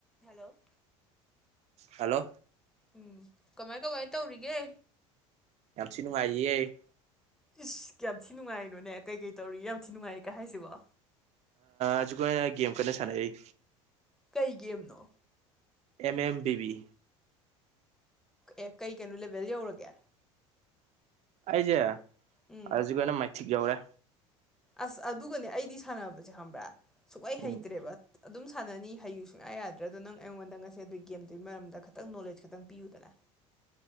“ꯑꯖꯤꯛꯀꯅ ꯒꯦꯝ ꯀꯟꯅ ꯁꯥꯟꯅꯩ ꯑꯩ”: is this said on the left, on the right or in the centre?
Right